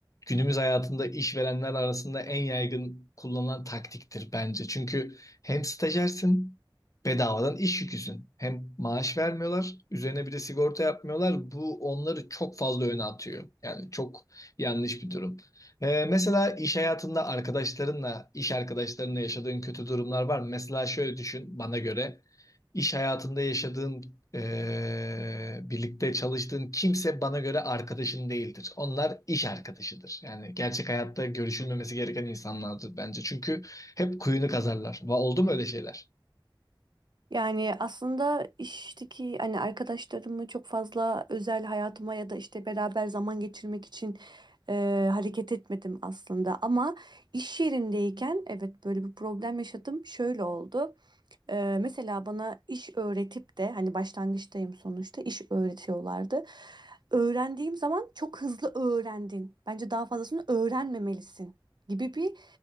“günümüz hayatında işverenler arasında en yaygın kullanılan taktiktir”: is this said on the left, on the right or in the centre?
Left